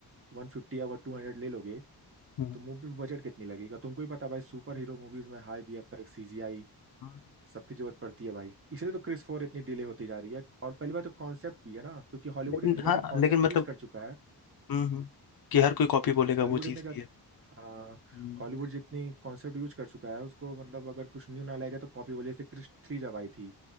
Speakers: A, on the right; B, on the left.
A: वन फिफ्टी या टू हंड्रेड ले लोगे
B: हम्म, हम्म।
A: तो मूवी बजट कितनी लगेगा तुमको ही पता है भाई सुपर हीरो मूवीज में हाई बी एफ एक्स सी जी आई
B: हम्म,
A: सबकी जरूरत पड़ती है भाई इसलिए तो क्रिस फोर इतनी डिले होती जा रही है और पहली बात तो कॉन्सेप्ट भी है ना क्योंकि हॉलीवुड
B: लेकिन
A: इतनी ज्यादा
B: हाँ
A: कॉन्सेप्ट
B: लेकिन मतलब
A: यूज कर चुका है
B: हम्म हम्म, कि हर कोई कॉपी बोलेगा
A: हॉलीवुड
B: वो
A: इतने
B: चीज़
A: ज्यादा
B: भी है
A: हाँ
B: हम्म
A: हॉलीवुड जितनी कॉन्सेप्ट यूज कर चुका है उसको मतलब अगर कुछ न्यू ना लाया जाए तो कॉपी बोले जैसे क्रिश थ्री जब आई थी